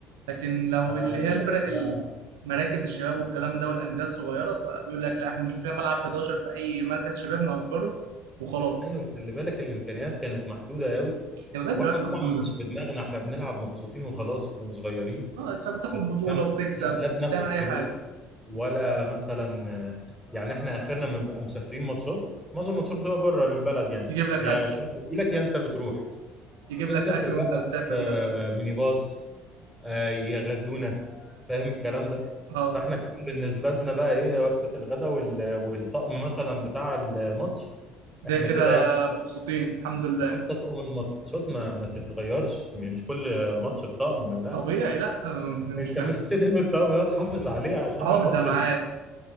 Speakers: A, on the right (about 75°); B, in the centre.
A: لكن لو
B: آه،
A: اللي هي
B: لا
A: الفرق
B: يا باشا
A: ال-
B: لا.
A: مراكز الشباب والكلام ده والانديه الصغيره فبيقول لك لا احنا نشوف لنا ملعب 11 في اي مركز شباب نأجره وخلاص
B: ايوه خلي بالك الامكانيات كانت محدوده قوي
A: يعني لغايه
B: واحنا
A: دلوقتي
B: طبعا
A: محدوده
B: مش في دماغنا احنا بنلعب مبسوطين وخلاص واحنا صغيرين
A: اه بس بتاخد
B: بس
A: بطوله
B: فاهم
A: بتكسب
B: لا لا بناخد
A: بتعمل اي
B: فلوس
A: حاجه
B: ولا مثلا يعني احنا اخرنا ما بنبقى مسافرين ماتشات معظم الماتشات بتبقى بره البلد يعني
A: يجيب لك
B: يا
A: اكل
B: الفرق بتجيلك يا انت بتروح
A: يجيب
B: بنسافر
A: لك اكل
B: بقى
A: وانت مسافر
B: في آه،
A: مثلا
B: ميني باص آه، يغدونا فاهم الكلام ده
A: اه
B: فاحنا كده بالنسبه لنا بقى ايه وجبه الغداء وال- والطقم مثلا بتاع الماتش
A: ده
B: احنا
A: كده
B: كده يعني
A: مبسوطين الحمد لله
B: وحتى طقم الماتشات ما ما تتغيرش م- مش كل ماتش بطقم لا
A: طبيعي لا آه،
B: انت
A: مش محتاج
B: مستلم الطقم ده تحافظ عليه عشان
A: عهدة
B: الماتش
A: معاك